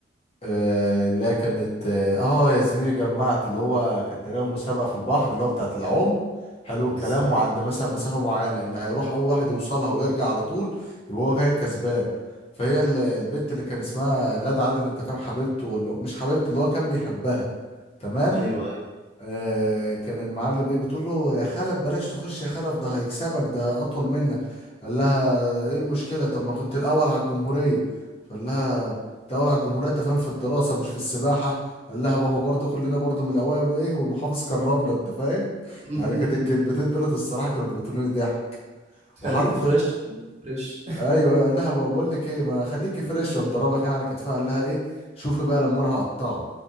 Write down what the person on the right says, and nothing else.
بالظبط
ايوه ايوه
<laughs>
خليك فريش خليك فريش